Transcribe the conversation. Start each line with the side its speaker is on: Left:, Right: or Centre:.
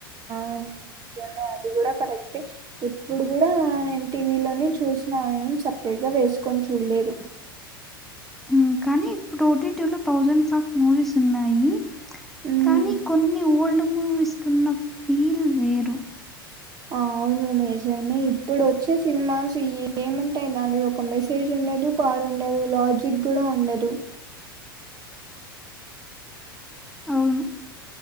Right: అవును నిజమే అది కూడా కరెక్టే ఇప్పుడు కూడా నేను టీవీలోనే చూసిన ఏం సపరేట్ గా వేసుకొని చూడలేదు
Centre: ఉమ్, కానీ ఇప్పుడు ఓటిటిలో థౌజండ్స్ ఆఫ్ మూవీస్ ఉన్నాయి
Right: ఉం
Centre: కానీ కొన్ని ఓల్డ్ మూవీస్కున్న ఫీల్ వేరు
Right: అవును నిజమే ఇప్పుడు వచ్చే సినిమాస్ ఏముంటాయి దానిలో ఒక మెస్ మెసేజ్ ఉండదు పాడుండదు లాజిక్ కూడా ఉండదు
Centre: అవును